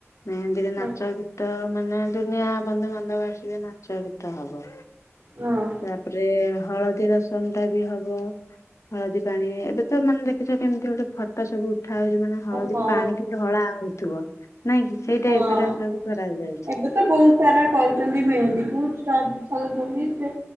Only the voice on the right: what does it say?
ହଁ
ହଁ।
ହଉ
ହଉ
ହଁ।
ଏବେ ତ ବହୁତ ସାରା କରୁଛନ୍ତି ମେହେନ୍ଦୀ ସ ସଜୋଉଚନ୍ତି ସେ